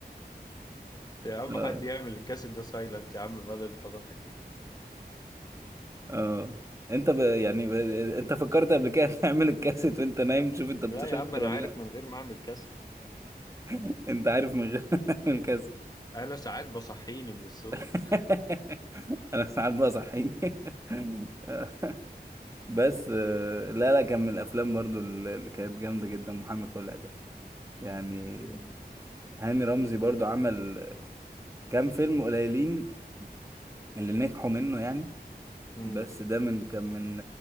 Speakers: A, on the left; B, on the right.
A: يا عم
B: اه
A: حد يعمل الكاسيت ده سايلنت يا عم بدل الفضائح دي
B: اه انت ب... يعني ب... انت فكرت قبل كده تعمل الكاسيت وانت نايم تشوف انت
A: لا
B: بتشفر
A: يا عم انا
B: ولا
A: عارف
B: لا
A: من غير ما اعمل كاسيت
B: <laughs> انت عارف من غير <laughs> الكاسيت
A: انا ساعات بصحيني من الصوت
B: <laughs> انا ساعات بقى صحيني <laughs> آه. بس آه، لا لا كان من الافلام برضو اللي كانت جامده جدا محامي خلع ده يعني
A: مم.
B: هاني رمزي برضو عمل كام فيلم قليلين اللي نجحوا منه يعني
A: مم.
B: بس ده من كان من